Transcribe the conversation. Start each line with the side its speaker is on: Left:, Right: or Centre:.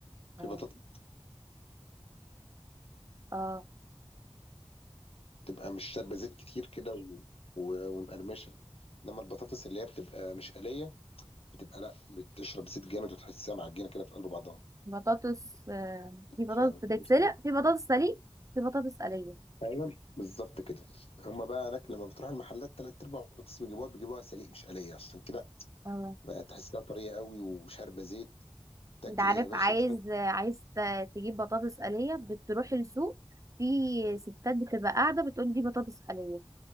Right: اه
Left: في بطاطس
Right: اه
Left: بتبقى مش شاربة زيت كتير كده و... و... ومقرمشة انما البطاطس اللي هي بتبقى مش قلية بتبقى لا بتشرب زيت جامد وتحسها معجنة كده في قلب بعضها
Right: بطاطس آه. في بطاطس
Left: مش ما تبقاش
Right: بتتسلق
Left: سلمة
Right: في بطاطس سليق في بطاطس قليه
Left: ايوه بالظبط كده هما بقى هناك لما بتروح المحلات تلات ارباع البطاطس بيجيبوها بيجيبوها سليق مش قلية عشان كده
Right: اه
Left: بقى تحسها طرية قوي وشاربة زيت تاكل
Right: انت عارف
Left: يا باشا
Right: عايز
Left: تحس
Right: عايز ت- تجيب بطاطس قليه بتروح السوق في ستات بتبقى قاعده بتقول دي بطاطس قليه